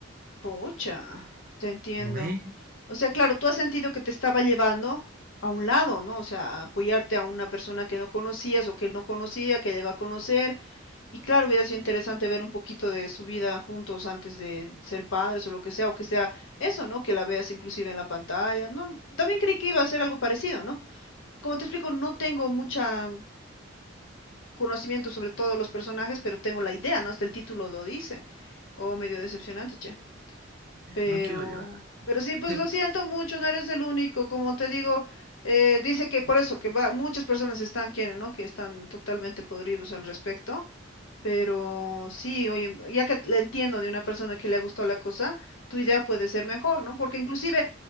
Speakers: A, on the left; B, on the right.
A: Pucha, te entiendo.
B: ¿No ve?
A: O sea, claro, tú has sentido que te estaba llevando a un lado, ¿no? O sea, apoyarte a una persona que no conocías o que él no conocía, que llegó a conocer. Y claro, hubiera sido interesante ver un poquito de su vida juntos antes de ser padres o lo que sea, o que sea eso, ¿no? Que la veas inclusive en la pantalla, ¿no? También creí que iba a ser algo parecido, ¿no? Como te explico, no tengo mucha conocimiento sobre todos los personajes, pero tengo la idea, ¿no? Hasta el título lo dice. Oh, medio decepcionante, che. Pero,
B: No quiero llorar.
A: pero sí, pues
B: Te-
A: lo siento mucho, no eres el único, como te digo, eh, dice que por eso, que va, muchas personas están, quieren, ¿no? Que están totalmente podridos al respecto, pero sí, oye, ya que le entiendo de una persona que le ha gustado la cosa, tu idea puede ser mejor, ¿no? Porque inclusive,